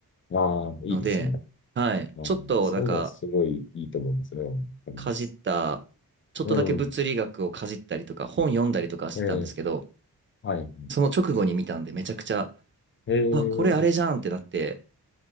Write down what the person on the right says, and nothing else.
ので、はい。
ちょっと、なんか、
かじった、ちょっとだけ物理学をかじったりとか、
本読んだりとかしてたんですけど、
その直後に見たんで、めちゃくちゃ、
うわ、これあれじゃんってなって、